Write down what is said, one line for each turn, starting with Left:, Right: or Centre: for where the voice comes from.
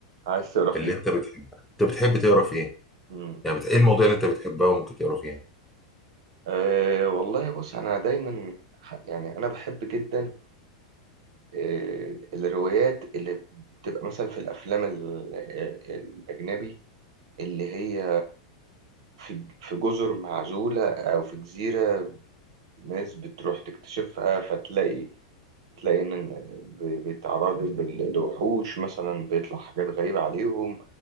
Right: عايز تقرا فيه
Centre: اللي انت بتحبها انت بتحب تقرا في ايه
Right: امم
Centre: يعني بت... ايه المواضيع اللي انت بتحبها وممكن تقرا فيها
Right: أه والله بص انا دايما ح- يعني انا بحب جدا أه الروايات اللي بتبقى مثلا في الافلام ال- آه، الاجنبي اللي هي في في جزر معزولة او في جزيرة ناس بتروح تكتشفها فتلاقي تلاقي ان ب- بيتعرضوا لل- لوحوش مثلا بيطلع حاجات غريبة عليهم